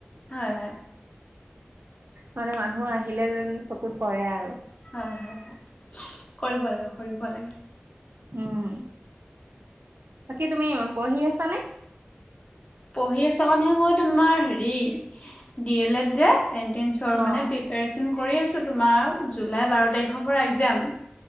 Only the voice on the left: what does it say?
হয় হয়।
হয়, হয়, হয়, কৰিব লাগে কৰিব লাগে।
পঢ়ি আছা মানেহে মই তোমাৰ হেৰি, ডি এল এত যে এণ্ট্ৰেন্সৰ মানে
প্ৰিপাৰেচন কৰি আছো তোমাৰ জুলাই বাৰ তাৰিখৰ পৰা এক্সম।